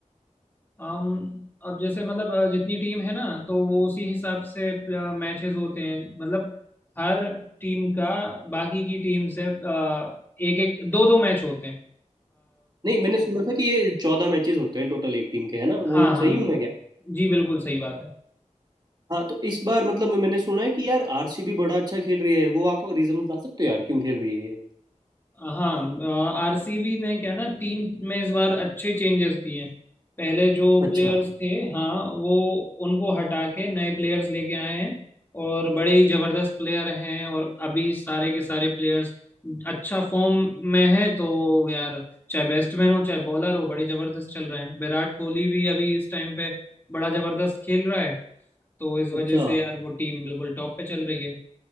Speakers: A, on the left; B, on the right.
A: अम अब जैसे मतलब अ, जितनी टीम है ना तो वो उसी हिसाब से मैचेस होते हैं मतलब हर टीम का बाकी की टीम से एक एक दो दो मैच होते हैं
B: नहीं मैंने सुना था कि ये चौदह मैचेस होते हैं टोटल एक टीम के है ना
A: हाँ
B: वो
A: हाँ
B: सही हूँ मैं क्या
A: जी बिल्कुल सही बात है
B: हाँ तो इस बार मतलब मैंने सुना है कि यार आरसीबी बड़ा अच्छा खेल रही है वो आप रीजन बता सकते हो यार क्यों खेल रही है ये
A: हाँ आरसीबी ने क्या ना टीम में इस बार अच्छे चेंजेस किए हैं पहले जो
B: अच्छा
A: प्लेयर्स थे हाँ वो उनको हटा के नए प्लेयर्स लेके आए हैं और बड़े ही जबरदस्त प्लेयर हैं और अभी सारे के सारे प्लेयर्स अच्छा फॉर्म में हैं तो वो यार चाहे बैट्समैन हो चाहे बॉलर हो बड़े जबरदस्त चल रहे हैं विराट कोहली भी अभी इस टाइम पे बड़ा जबरदस्त खेल रहा है तो इस
B: अच्छा
A: वजह से यार वो टीम बिल्कुल टॉप पे चल रही है